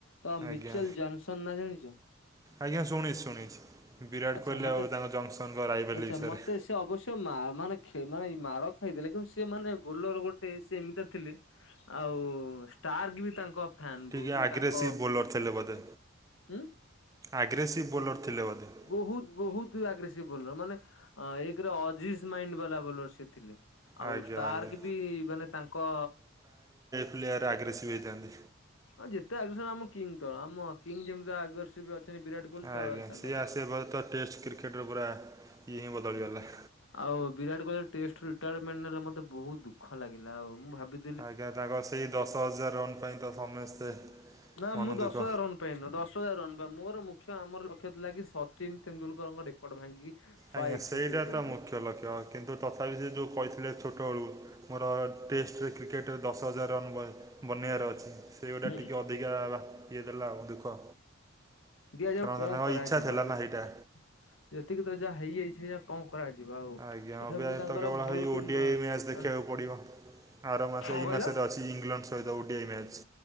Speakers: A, on the left (about 75°); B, on the right (about 15°).
A: ତ ମିଚୁଆଲ୍
B: ଆଜ୍ଞା
A: ଜନ୍ସନ୍ ନା ଜାଣିଛ?
B: ଆଜ୍ଞା ଶୁଣିଛି ଶୁଣିଛି। ବିରାଟ୍
A: ଆଚ୍ଛା
B: କୋହଲି
A: ମତେ
B: ଆଉ ତାଙ୍କ ଜନ୍ସନ୍ ଦ୍ଵାରା ରାଇଭେଲି
A: ଆଚ୍ଛା
B: ବିଷୟରେ।
A: ମତେ ସେ ଅବଶ୍ୟ ମା ମାନେ ଖେ- ମାନେ ଏ ମାଡ଼ ଖାଇଦେଲେ କିନ୍ତୁ ସେ ମାନେ ବୋଲ୍ଲର ଗୋଟେ ସେ ଏମିତା ଥିଲେ ଆଉ ଷ୍ଟାର୍ଗ ବି ତାଙ୍କ ଫ୍ୟାନ
B: ଟିକେ
A: ବହୁତ
B: ଆଗ୍ରେସିଭ୍
A: ତାଙ୍କ
B: ବୋଲର ଥିଲେ ବୋଧେ?
A: ଉଁ
B: ଆଗ୍ରେସିଭ୍ ବୋଲର ଥିଲେ ବୋଧେ?
A: ବୋହୁତ୍, ବୋହୁତ୍ ଆଗ୍ରେସିଭ୍ ବୋଲର, ମାନେ ଏକ୍ ରେ ଅଜିସ୍ ମାଇଣ୍ଡ ବାଲା ବୋଲର ସେ ଥିଲେ। ଆଉ
B: ଆଜ୍ଞା
A: ଷ୍ଟାର୍କି
B: ଆଜ୍ଞା
A: ବି ମାନେ ତାଙ୍କ
B: ପ୍ଲେୟାର୍ ଆଗ୍ରେସିଭ୍ ହେଇଥାନ୍ତି।
A: ହଁ ଯେତେ ଆଗର୍ସଣ ଆମ କିଙ୍ଗ ତ ଆମ କିଙ୍ଗ ଯେମିତି ଆଗର୍ସ ବି ଅଛନ୍ତି ବିରାଟ କୋହଲି
B: ଆଜ୍ଞା।
A: ତ ତାଙ୍କ
B: ସିଏ
A: ତଳ।
B: ଆସିବା ପରେ ତ ଟେଷ୍ଟ କ୍ରିକେଟର ପୁରା ଇଏ ହିଁ ବଦଳିଗଲା।
A: ଆଉ ବିରାଟ କୋହଲି ଟେଷ୍ଟରୁ ରିଟାୟାରମେଣ୍ଟ ନେଲା ମତେ ବୋହୁତ୍ ଦୁଃଖ ଲାଗିଲା। ଆଉ ମୁଁ ଭାବିି
B: ଆଜ୍ଞା ତାଙ୍କ ସେଇ ଦଶ ହଜାର ରନ୍ ପାଇଁ ତ ସମସ୍ତେ
A: ନା
B: ମନ
A: ମୁଁ
B: ଦୁଃଖ।
A: ଦଶ ହଜାର ରନ୍ ପାଇଁ ନୁହଁ, ଦଶ ହଜାର ରନ୍ ବା ମୋର ମୁଖ୍ୟ ଆମର ଲକ୍ଷ୍ୟ ଥିଲା କିି ସଚିନ୍ ତେନ୍ଦୁଲକରଙ୍କ ରେକର୍ଡ ଭାଙ୍ଗିକି ଶହେ
B: ଆଜ୍ଞା
A: ଏକ
B: ସେଇଟା
A: ସେଞ୍ଚୁରୀ କରିବେ।
B: ତ ମୁଖ୍ୟ ଲକ୍ଷ୍ୟ। କିନ୍ତୁ ତଥାପି ସେ ଯୋଉ କହିଥିଲେ ଛୋଟବେଳୁ ମୋର ଟେଷ୍ଟରେ କ୍ରିକେଟ୍ ର ଦଶ ହଜାର ରନ୍ ବ-ବନାଇବାର ଅଛି। ସେଇଗୁଡା
A: ହୁଁ
B: ଟିକେ ଅଧିକା ଇଏ ଦେଲା ଆଉ ଦୁଃଖ।
A: ଦିଆଯାଉ
B: ଛୁଆଙ୍କ
A: କଣ
B: ତାଙ୍କ
A: କରାଯିବ
B: ଇଚ୍ଛା ଥିଲା
A: ଯେତେ
B: ନା ହେଇଟା।
A: ଯେତିକି ତ ଯାହା ହେଇଯାଇଛି ସେଇୟା କଣ କରାଯିବ ଆଉ?
B: ଆଜ୍ଞା
A: ତଥାପି
B: ଅବିହା
A: ସେ ତାଙ୍କର
B: ତ କେବଳ
A: ବହୁତ
B: ହେଇ ଓଡ଼ିଆଇ
A: ମାନେ
B: ମ୍ୟାଚ୍ ଦେଖିବାକୁ
A: କଣ
B: ପଡ଼ିବ। ଆର ମାସ
A: କହିଲ
B: ଏଇ ମାସରେ ଅଛି ଇଂଲଣ୍ଡ ସହିତ ଓଡ଼ିଆଇ ମ୍ୟାଚ୍।